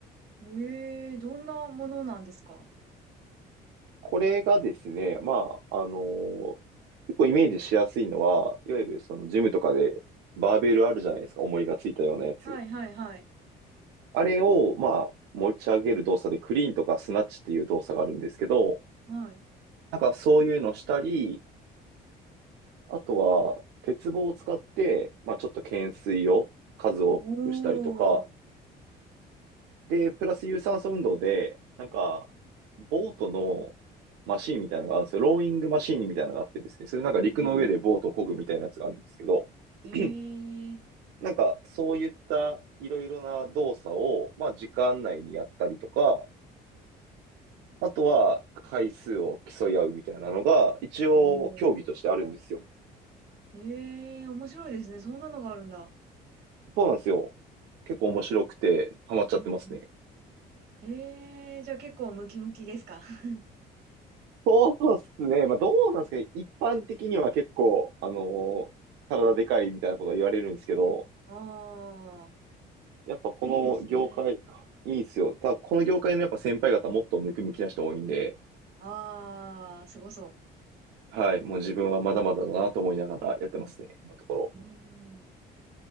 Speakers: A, on the right (about 70°); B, on the right (about 80°).
A: うん。ええ、どんなものなんですか
B: これがですね、まあ、あのー結構イメージしやすいのは、いわゆるそのジムとかで、バーベルあるじゃないですか、重りがついたようなやつ。
A: はいはいはい。
B: あれを、まあ、持ち上げる動作で、クリーンとかスナッチっていう動作があるんですけど、
A: はい。
B: なんかそういうのしたり、あとは、鉄棒を使って、まあ、ちょっと懸垂を数多くしたりとか、
A: おー。
B: で、プラス有酸素運動で、なんか、ボートのマシーンみたいなのがあるんですよ。ローイングマシーンみたいなのがあってですね、それなんか陸の上でボートを漕ぐみたいなやつがあるんですけど、
A: うんうん。
B: <clears throat>
A: へえ。
B: なんか、そういったいろいろな動作を、まあ、時間内にやったりとか、あとは回数を競い合うみたいなのが、一応競技としてあるんですよ。
A: おー。へえ、面白いですね。そんなのがあるんだ。
B: そうなんですよ。結構面白くて、ハマっちゃってますね。
A: うんうん。へえ、じゃあ結構ムキムキですか <laughs>
B: そうっすね。まあ、どうなんですかね。一般的には結構、あのー体でかいみたいなことは言われるんですけど、
A: ああ、
B: やっぱこの業界、
A: いいですね。
B: いいっすよ。ただ、この業界のやっぱ先輩方もっとムキムキな人多いんで、
A: ああ、すごそ
B: はい。もう自分はまだまだだなと思いながらやってますね、今のところ。
A: う。うん。